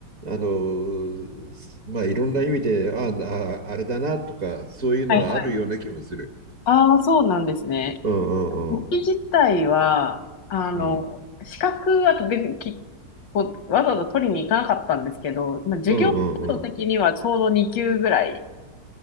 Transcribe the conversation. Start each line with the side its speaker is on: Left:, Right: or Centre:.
Right: あの、まあ、いろんな意味で、ああ、あれだなとか、そういうのがあるような気もする。
Left: はいはい。ああ、そうなんですね。
Right: うんうんうん。
Left: 簿記自体は、あの、
Right: うん。
Left: 資格、あと別にき、こう、わざわざ取りに行かなかったんですけど、まあ、授業制度的にはちょうど2級ぐらい
Right: うんうんうん。